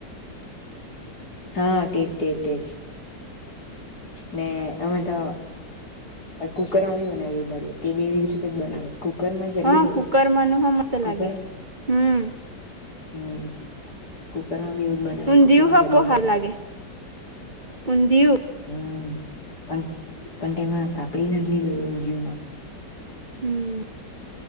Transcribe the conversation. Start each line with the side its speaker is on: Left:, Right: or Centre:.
Left: હા તેજ તે તેજ ને અમે તો કુકર માં બી બનાવી ઉગાડ તે એવી જ રીતે જ બનાવીએ કુકરમાં જલ્દી
Right: હા
Left: થઈ
Right: કુકર
Left: ગઈ
Right: મનુ હો મસ્ત
Left: કુકર
Right: લાગે હમ
Left: હમ કુકર વું બનાવે
Right: ઊંધિયું
Left: કતરકલી
Right: હો બો હારું લાગે ઊંધિયું
Left: હમ પણ પણ તેમાં પાાકડી નથી લી ગ ઊંધિયયોમાં
Right: હમ